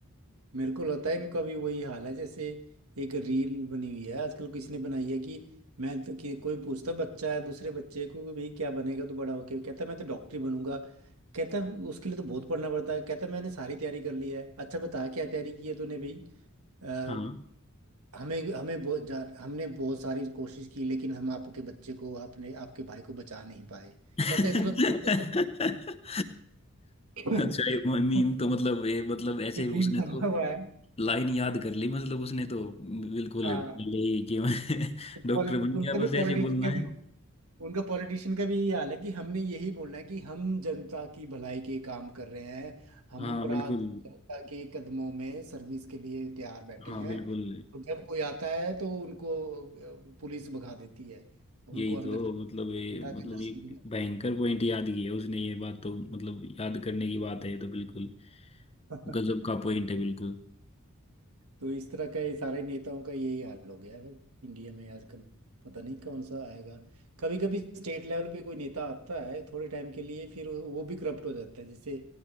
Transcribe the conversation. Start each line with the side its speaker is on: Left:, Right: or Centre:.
Right: मेरे को लगता है इनका भी वही हाल है जैसे एक रील बनी हुई है आजकल किसी ने बनाई है कि मैं तो कि कोई पूछता बच्चा है दूसरे बच्चे को कि भाई क्या बनेगा तू बड़ा होके कहता मैं तो डॉक्टर ही बनूंगा कहता उसके लिए तो बहुत पढ़ना पड़ता है कहता मैंने सारी तैयारी कर ली है अच्छा बता क्या तैयारी की है तूने भाई अ,
Left: हाँ
Right: हमें हमें बहुत जा- हमने बहुत सारी कोशिश की लेकिन हम आपके बच्चे को आपने आपके भाई को बचा नहीं पाए
Left: <laughs>
Right: कहता इतना तो- <laughs>
Left: अच्छा ये मीम तो मतलब ये मतलब ऐसे
Right: ये दिन
Left: उसने
Right: बदला
Left: तो
Right: हुआ है
Left: लाइन याद कर ली मतलब उसने तो बिल्कुल
Right: हाँ
Left: पहले ही कि मैं <laughs>
Right: तो
Left: डॉक्टर
Right: पॉल-
Left: बन
Right: उनसे
Left: गया
Right: भी
Left: बस
Right: पॉलिटिक्स
Left: ऐसे ही बोलना है
Right: उनका पॉलिटिशियन का भी यही हाल है कि हमने यही बोलना है कि हम जनता की भलाई के काम कर रहे हैं हम
Left: हाँ बिल्कुल
Right: रात दिन जनता के कदमों में सर्विस के लिए तैयार बैठे
Left: हाँ
Right: हैं
Left: बिल्कुल
Right: और जब कोई आता है तो उनको अ, पुलिस भगा देती है उनको
Left: यही
Right: अंदर
Left: तो
Right: तक
Left: मतलब ये
Right: नेता
Left: मतलब
Right: के दर्शन
Left: ये
Right: भी
Left: भयंकर पॉइंट याद किया उसने ये बात तो मतलब याद करने की बात है ये तो बिल्कुल
Right: नहीं
Left: गजब का
Right: <laughs>
Left: पॉइंट है बिल्कुल
Right: तो इस तरह के सारे नेताओं का यही हाल हो गया है फिर इंडिया में आजकल पता नहीं कौन सा आएगा कभी कभी स्टेट लेवल पे कोई नेता आता है थोड़े टाइम के लिए फिर वो वो भी करप्ट हो जाता है जैसे